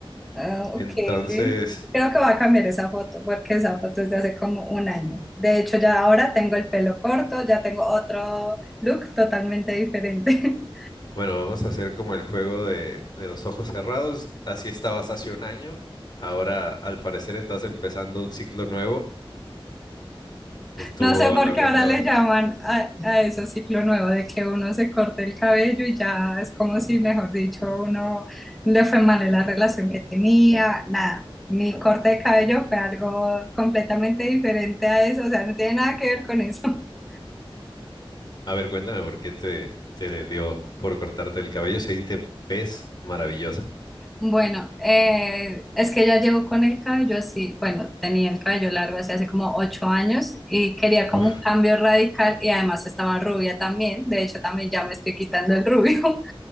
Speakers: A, in the centre; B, on the left.
A: Ah,
B: Entonces,
A: ok, creo que voy a cambiar esa foto, porque esa foto es de hace como un año. De hecho, ya ahora tengo el pelo corto, ya tengo otro look totalmente diferente. <laughs>
B: bueno, vamos a hacer como el juego de, de los ojos cerrados. Así estabas hace un año. Ahora, al parecer, estás empezando un ciclo nuevo. Estuvo
A: No sé
B: a
A: por
B: lo
A: qué
B: mejor.
A: ahora le llaman a, a eso ciclo nuevo, de que uno se corte el cabello y ya es como si, mejor dicho, uno le fue mal en la relación que tenía, nada. Mi corte de cabello fue algo completamente diferente a eso, o sea, no tiene nada que ver con eso. <laughs>
B: A ver, cuéntame por qué te, te le dio por cortarte el cabello si ahí te ves maravillosa.
A: Bueno, eh, es que ya llevo con el cabello así, bueno, tenía el cabello largo así hace como ocho años y quería como
B: Uf,
A: un cambio radical y además estaba rubia también, de hecho también ya me estoy quitando el rubio.